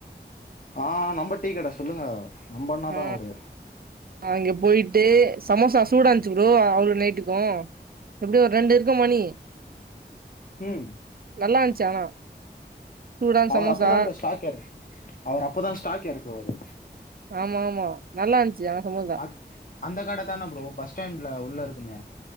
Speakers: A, on the left (about 50°); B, on the right (about 60°).
A: ஆ நம்ப டீ கட சொல்லுங்கோ நம்ப அண்ணாதா
B: ஆ
A: அவுரு
B: அங்க போயிட்டு சமோசா சூடா இந்ச்சு ப்ரோ அவ்ளோ நைட்டுக்கு எப்டியு ஒரு ரெண்டிருக்கு மணி
A: ம்
B: நல்லா இந்ச்சு ஆனா சூடான
A: அவர்
B: சமோசா
A: அப்பதா ப்ரோ ஸ்டாக் என அவர் அப்பதா ஸ்டாக் எறக்குவாரு
B: ஆமா ஆமா நல்லா இந்ச்சு ஆக மொ
A: அத் அந்த கட தான ப்ரோ பஸ் ஸ்டாண்ட்ல உள்ள இருக்குமோ